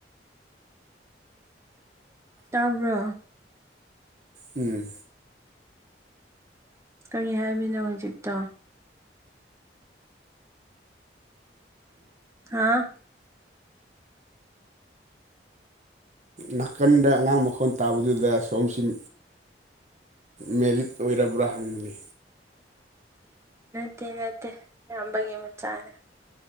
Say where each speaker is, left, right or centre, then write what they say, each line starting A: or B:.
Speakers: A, on the right; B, on the right.
A: ꯇꯥꯕ꯭ꯔꯣ
B: ꯎꯝ
A: ꯀꯔꯤ ꯍꯥꯏꯕꯤꯅꯣ ꯍꯧꯖꯤꯛꯇ ꯍꯥꯥ
B: ꯅꯥꯀꯟꯗ ꯑꯉꯥꯡ ꯃꯈꯣꯟ ꯇꯥꯕꯗꯨꯗ ꯁꯣꯝꯁꯤꯝ ꯃꯦꯔꯤꯠ ꯑꯣꯏꯔꯕ꯭ꯔꯥ ꯍꯪꯕꯅꯤ
A: ꯅꯠꯇꯦ ꯅꯠꯇꯦ ꯏꯌꯥꯝꯕꯒꯤ ꯃꯆꯥꯅꯦ